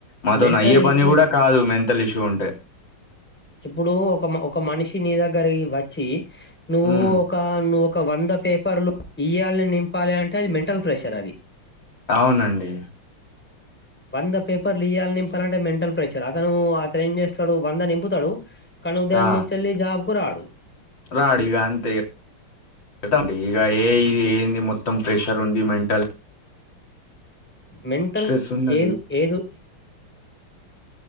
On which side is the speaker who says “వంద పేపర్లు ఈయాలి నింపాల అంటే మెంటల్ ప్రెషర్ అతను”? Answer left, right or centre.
Centre